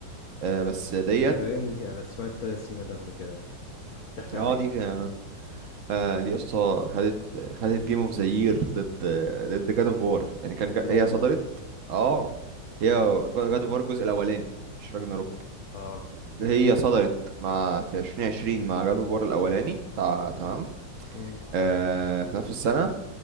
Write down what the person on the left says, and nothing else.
الدرينج انا سمعت اسم ده قبل كده بتحكي
عن ايه
لا
والله
اه
امم